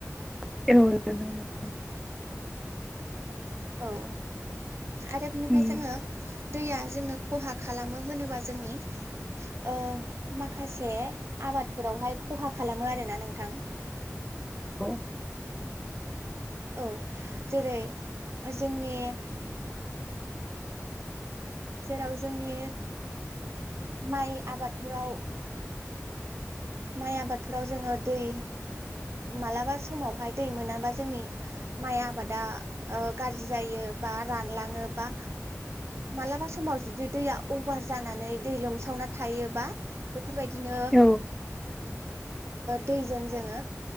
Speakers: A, in the centre; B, on the right (about 55°).
A: औ <unintelligible>
B: औ आरो बिनिफाय
A: उम
B: जोङो दैया जोंनो खहा खालामो होनोबा जोंनि ओ माखासे आबादफोरावहाय खहा खालामो आरोना नोंथां
A: औ
B: <inaudible> औ जेरै जोंनि जेराव जोंनि माइ आबादफोराव माइ आबादफोराव जोङो दै मालाबा समावहाय दै मोनाबा जोंनि माइ आबादा गाज्रि जायो बा रानलाङो बा मालाबा समाव जुदि दैया अभार जानानै दै लोमसावना थायोबा बेफोरबायदिनो
A: औ
B: दैजों जोङो